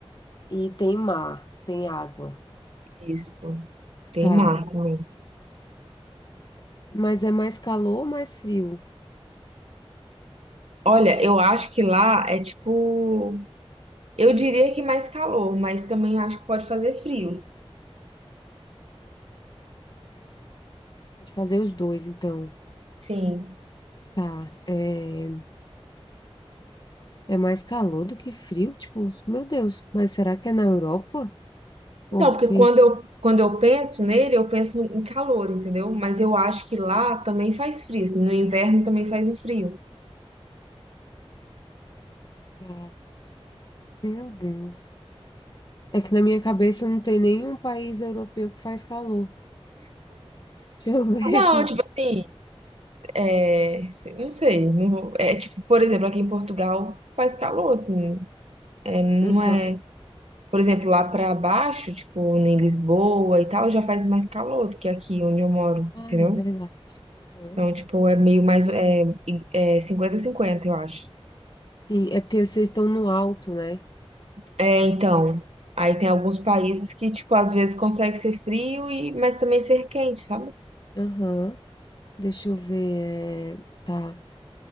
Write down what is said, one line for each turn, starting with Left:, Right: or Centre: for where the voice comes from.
Left: E tem mar, tem água.
Right: Isso. Tem
Left: Tá.
Right: mar também.
Left: Mas é mais calor ou mais frio?
Right: Olha, eu acho que lá é tipo. Eu diria que mais calor, mas também acho que pode fazer frio.
Left: Pode fazer os dois, então.
Right: Sim.
Left: Tá. É, é mais calor do que frio? Tipo, meu Deus, mas será que é na Europa? Porque.
Right: Não, porque quando eu, quando eu penso nele, eu penso no- em calor, entendeu? Mas eu acho que lá também faz frio. assim, no inverno também faz um frio.
Left: Tá. Meu Deus. É que na minha cabeça não tem nenhum país europeu que faz calor. Deixa eu <laughs> ver
Right: Não,
Left: aqui.
Right: tipo assim. É, se- não sei, não vou- é tipo, por exemplo, aqui em Portugal faz calor, assim, é, não
Left: Aham.
Right: é, por exemplo, lá pra baixo, tipo, em Lisboa e tal, já faz mais calor do que aqui onde eu moro,
Left: Ah,
Right: entendeu?
Left: é verdade. Aham.
Right: Então, tipo, é meio mais,
Left: Sim,
Right: é, i- é 50-50, eu acho.
Left: Sim, é porque vocês estão no alto, né?
Right: É, então, aí tem alguns países que, tipo, às vezes consegue ser frio e, mas também ser quente, sabe?
Left: Aham. Deixa eu ver. é, Tá.